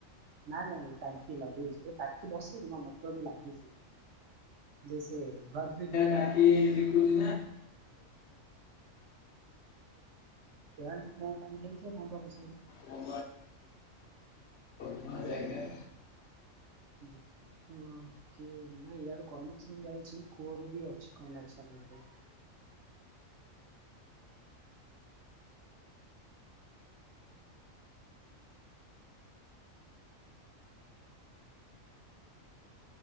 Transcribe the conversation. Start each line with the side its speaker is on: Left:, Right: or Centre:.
Right: ନାଇଁ ନାଇଁ ଏ ଟାଙ୍କି ଲଗେଇଚି ଯେ ଟାଙ୍କି ବସେଇକିନା ମଟର ବି ଲାଗିଚି। ଯେ ସେ ଧୁଆ ଧୁଇ କରିବା
Left: ନାଁ ଏ ଯେ କୁଜି
Right: କେଇଆଣି କୂଅ ପାଣି ହେଇଥିବ ତାଙ୍କର ସେଉଡ଼ା।
Left: କୂଅ ହଁ ପ୍ରାଏ ସେଇଆ।
Right: ହୁଁ। ହଁ କିଏ ନାଁ ଇଆଡ଼ୁ କନେକ୍ସନ୍ ଯାଇଚି କୂଅରୁ ବି ଅଛି କନେକ୍ସନ ଏବେ।